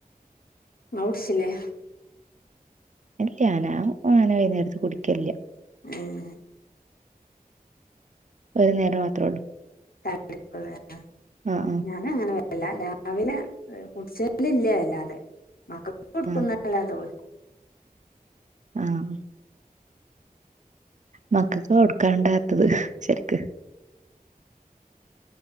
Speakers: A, on the left; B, on the right.
A: ങ്ങ്ളുട്ചിലേ
B: ഇല്ല ഞാൻ അങ്ങനെ വൈന്നേരത്ത് കുടിക്കലില്ല
A: ഉം
B: ഒരു നേരം മാത്രേള്ളൂ
A: <unintelligible>
B: ആഹ് ആഹ്
A: <unintelligible> രാവിലെ കുടിച്ച് <unintelligible> വല്ലാതെ മക്കൾക്ക് കൊടുക്കുന
B: ആഹ് ആഹ്
A: <unintelligible>
B: ആഹ് മക്കക്ക് കൊടുക്കാൻണ്ടാത്തത് ശരിക്ക്